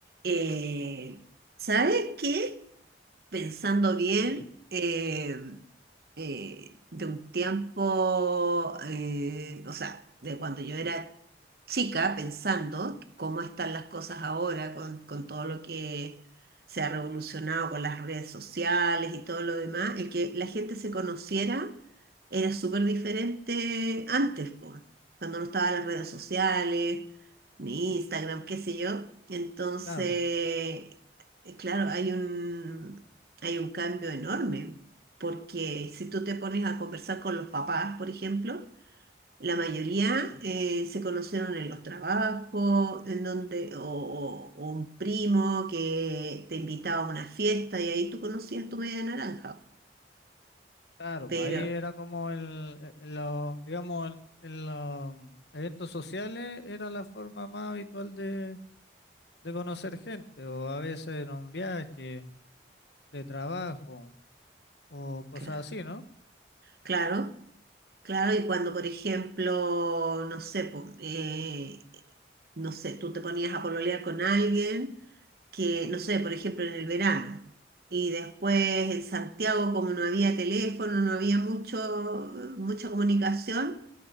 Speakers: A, on the right; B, on the left.
A: Eh, ¿sabes qué? Pensando bien,
B: Sí.
A: eh, eh, de un tiempo, eh, o sea, de cuando yo era chica pensando cómo están las cosas ahora con, con todo lo que se ha revolucionado con las redes sociales y todo lo demás, el que la gente se conociera era súper diferente antes, po, cuando no estaban las redes sociales, ni Instagram, qué sé yo. Entonces,
B: Claro,
A: eh, claro, hay un, hay un cambio enorme, porque si tú te pones a conversar con los papás, por ejemplo, la mayoría
B: Ujú.
A: eh, se conocieron en los trabajos, en donde, o, o- o un primo que te invitaba a una fiesta y ahí tú conocías tu media naranja.
B: claro,
A: Pero,
B: pues ahí era como el, el- el- los, digamos, el- el, los eventos sociales era la forma más habitual de, de conocer gente, o a veces en un viaje de trabajo, o cosas
A: claro,
B: así, ¿no?
A: claro, claro, y cuando, por ejemplo, no sé, po, eh, no sé, tú te ponías a pololear con alguien que, no sé, por ejemplo, en el verano. Y después en Santiago, como no había teléfono, no había mucho, mucha comunicación